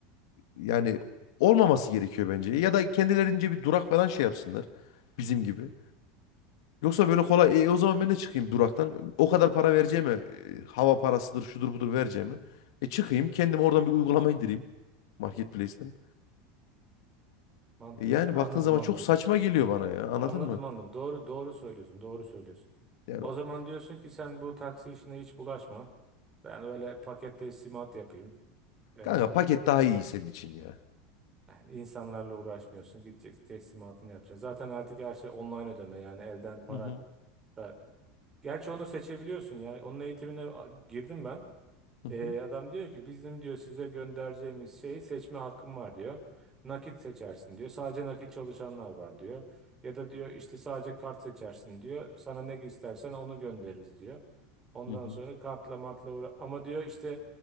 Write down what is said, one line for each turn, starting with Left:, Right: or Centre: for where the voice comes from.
Left: Yani olmaması gerekiyor bence. Ya da kendilerince bir durak falan şey yapsınlar. Bizim gibi. Yoksa böyle kolay. "E, o zaman ben de çıkayım duraktan.
Right: hı hı.
Left: O kadar para vereceğime. e, hava parasıdır, şudur budur vereceğime. E çıkayım kendim oradan bir uygulama indireyim. Marketplace'ten.
Right: Mantıklı.
Left: E, yani
Right: Anladım
Left: baktığın zaman
Right: anladım.
Left: çok saçma geliyor bana ya. Anladın
Right: Anladım
Left: mı?
Right: anladım. Doğru doğru söylüyorsun. Doğru söylüyorsun.
Left: Yani
Right: O
Left: o-
Right: zaman diyorsun ki sen bu taksi işine hiç bulaşma. Ben öyle paket teslimat yapayım. Ee,
Left: kanka paket daha iyi senin için ya.
Right: yani insanlarla uğraşmıyorsun. Gideceksin teslimatını yapacaksın. Zaten artık her şey online ödeme. Yani elden para
Left: Hı hı,
Right: da. Gerçi onu seçebiliyorsun ya. Onun eğitimine a- girdim ben.
Left: hı
Right: E,
Left: hı,
Right: adam diyor ki bizim diyor size göndereceğimiz şeyi seçme hakkım var diyor. Nakit seçersin diyor. Sadece nakit çalışanlar var diyor. Ya da diyor işte sadece kart seçersin diyor. Sana ne istersen onu göndeririz diyor. Ondan
Left: hı hı.
Right: sonra kartla matla uğra- ama diyor işte